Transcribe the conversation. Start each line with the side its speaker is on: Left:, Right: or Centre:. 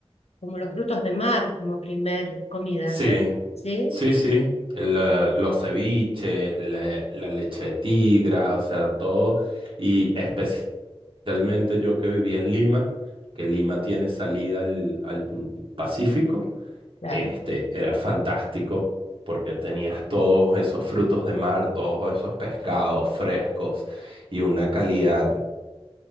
Left: como los frutos de mar como primer comida,
Right: Sí,
Left: ¿verdad? Sí,
Right: sí, sí. El, eh, los ceviches, la, la leche de tigra, o sea, todo. Y especialmente yo que viví en Lima, que Lima tiene salida al, al Pacífico,
Left: claro,
Right: este, era fantástico porque tenías todos esos frutos de mar, todos esos pescados frescos y una calidad